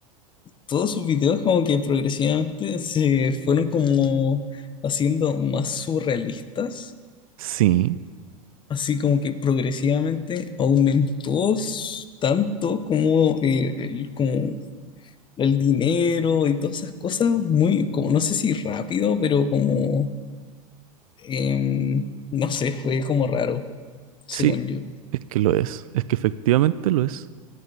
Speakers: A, on the left; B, on the right.
A: todos sus videos como que progresivamente se fueron como haciendo más surrealistas.
B: Sí,
A: Así como que progresivamente aumentó s- tanto como, eh, el- como el dinero y todas esas cosas muy, como no sé si rápido, pero como, em, no sé, fue como raro, según
B: sí,
A: yo,
B: es que lo es. Es que efectivamente lo es.